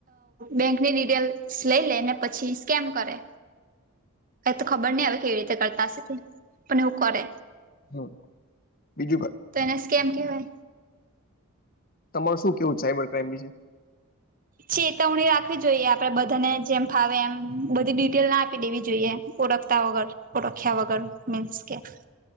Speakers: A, on the right; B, on the left.
A: બેન્કની ડિટેલ્સ લઈ લે ને પછી સ્કેમ કરે ક તો ખબર નહી આવે કેવી રીતે કરતા હશે પણ એવુ કરે.
B: હમ બીજું
A: તો એને સ્કેમ કહેવાય
B: તમાર શું કેવું છે સાયબર ક્રાઈમ વિશે
A: ચેતવણી રાખવી જોઈએ આપડે બધાને જેમ ફાવે એમ બધી ડિટેલ ના આપી દેવી જોઈએ ઓળખતા વગર ઓળખીયા વગર મીન્સકે